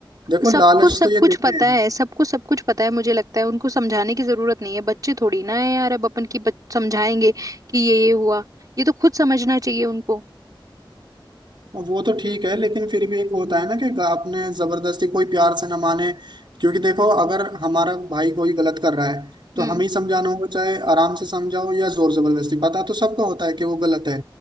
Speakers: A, on the right; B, on the right.
A: देखो
B: सबको
A: लालच
B: सब
A: तो ये
B: कुछ
A: देते
B: पता
A: हैं
B: है सबको सब कुछ पता है मुझे लगता है उनको समझाने की जरूरत नहीं है बच्चे थोड़ी ना है यार अब अपन की बच, समझाएंगे कि ये ये हुआ ये तो खुद समझना चाहिए उनको
A: अब वो तो ठीक है लेकिन फिर भी एक होता है ना कि आपने जबरदस्ती कोई प्यार से ना माने क्योंकि देखो अगर हमारा भाई कोई गलत कर रहा है तो
B: हम्म
A: हमें ही समझाना होगा चाहे आराम से समझाओ या जोर जबरदस्ती पता तो सबको होता है कि वो गलत है